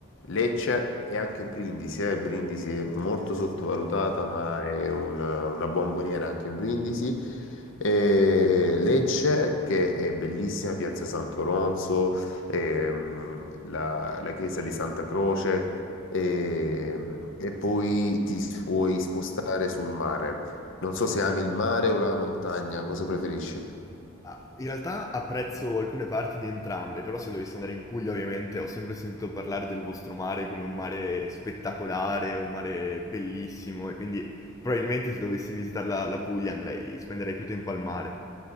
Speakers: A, on the left; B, on the left.
A: Lecce e anche Brindisi, eh. Brindisi è molto sottovalutata, ma è un- una bomboniera anche Brindisi. E Lecce, che è bellissima, Piazza Santo Ronzo, ehm, la, la chiesa di Santa Croce, ehm, e poi ti puoi spostare sul mare. Non so se ami il mare o la montagna, cosa preferisci?
B: Ah, In realtà apprezzo alcune parti di entrambe, però se dovessi andare in Puglia, ovviamente, ho sempre sentito parlare del vostro mare come un mare spettacolare, un mare bellissimo, e quindi probabilmente se dovessi visitare la, la Puglia andrei, spenderei più tempo al mare,